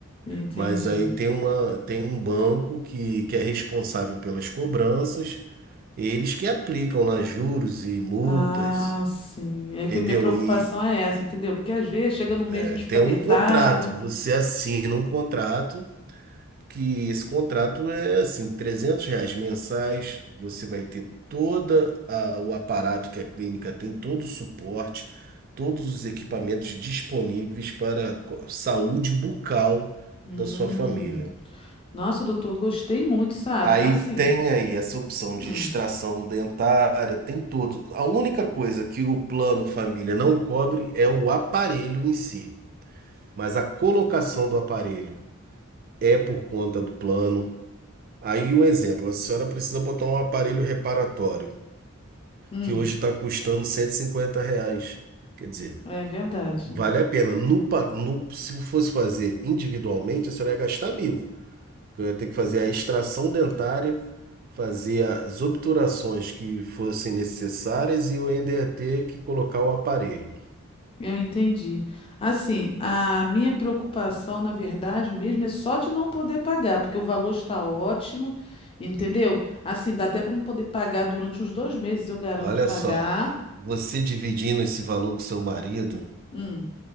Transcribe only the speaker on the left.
eu entendi.
Ah, sim. É que
minha preocupação
é essa, entendeu? Porque às vezes chega no mês
a gente
fica apertado.
Hum.
Nossa, doutor, gostei muito, sabe?
Assim.
Hum,
hum,
é verdade.
Eu entendi. Assim, a minha preocupação, na verdade, mesmo é só de não poder pagar, porque o valor está ótimo, entendeu? Assim, dá até para não poder pagar durante uns dois meses, eu garanto
pagar.
Hum,